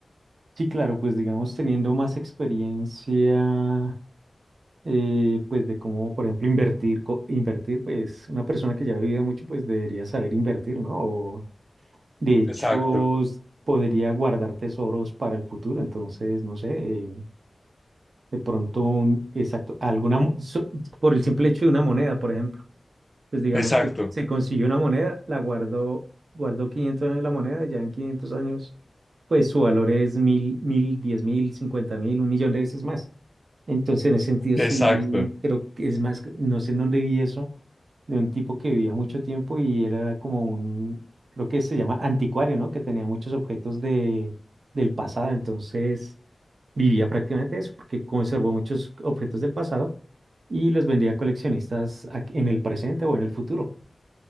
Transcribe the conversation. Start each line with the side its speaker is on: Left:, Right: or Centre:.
Right: Sí, claro, pues digamos teniendo más experiencia, eh, pues de cómo, por ejemplo, invertir, co- invertir, pues una persona que ya ha vivido mucho, pues debería saber invertir, ¿no? O, de hecho,
Left: Exacto,
Right: s- podría guardar tesoros para el futuro, entonces, no sé, eh, de pronto un, exacto, alguna, mo- so- por el simple hecho de una moneda, por ejemplo. pues digamos
Left: exacto,
Right: que se consiguió una moneda, la guardó, guardó 500 años la moneda, y ya en 500 años, pues su valor es mil, mil, diez mil, cincuenta mil, un millón de veces más. Entonces, en ese sentido,
Left: exacto.
Right: sí, creo que es más, no sé en dónde vi eso, de un tipo que vivía mucho tiempo y él era como un, creo que se llama anticuario, ¿no? Que tenía muchos objetos de, del pasado. Entonces, Vivía prácticamente de eso, porque conservó muchos objetos del pasado y los vendía a coleccionistas ac- en el presente o en el futuro.